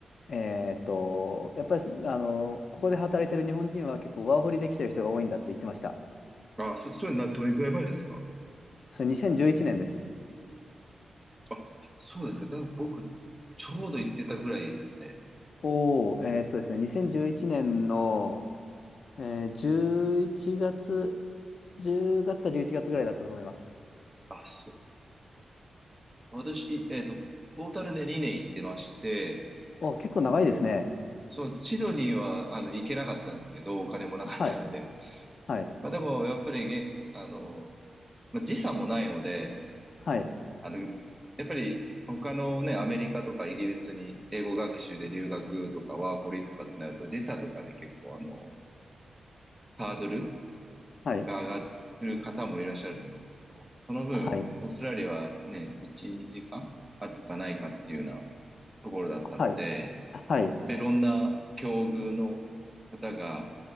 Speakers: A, on the left; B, on the right.
A: えーっと、やっぱりす、あのーここで働いてる日本人は結構ワーホリで来てる人が多いんだって言ってました。
B: あ、そ、それな、どれくらい前ですか
A: それ2011年です。
B: あ、そうですか。だ、僕、ちょうど行ってたぐらいですね。
A: おお、えーっとですね、2011年の、えー、11月、10月か11月ぐらいだったと思います。
B: あ、そ、私、いえっと、トータルで2年行ってまして、
A: お、結構長いですね。
B: そのシドニーはあの行けなかったんですけど、お金もなかったので。
A: はい、はい、
B: まあ、でも、やっぱりげ、あの、まあ、時差もないので、
A: はい、
B: あの、やっぱり他のね、アメリカとかイギリスに英語学習で留学とかワーホリとかってなると、時差とかで結構あの、ハードル
A: はい、
B: が上がる方もいらっしゃると思うんですけど、その分、
A: はい、
B: オーストラリアはね、1、2時間あるかないかっていうようなところだったので、
A: はい。はい
B: まあいろんな境遇の方が、